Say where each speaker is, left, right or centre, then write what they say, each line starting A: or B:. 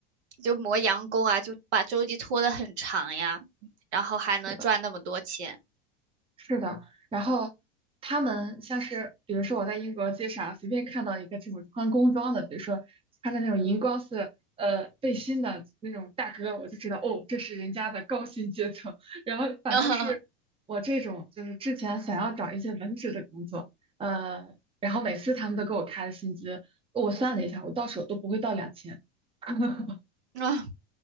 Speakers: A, on the right (about 80°); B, on the right (about 15°).
A: 就磨洋工啊，就把周期拖得很长呀，然后还能赚那么多钱。
B: 是的。是的，然后他们像是，比如说我在英国街上随便看到一个这种穿工装的，比如说穿着那种荧光色呃背心的那种大哥，我就知道哦，这是人家的高薪阶层。<laughs> 然后反倒是我这种，
A: <laughs>
B: 就是之前想要找一些文职的工作，呃，然后每次他们都给我开的薪资，我算了一下，我到手都不会到两千。<laughs>
A: 啊，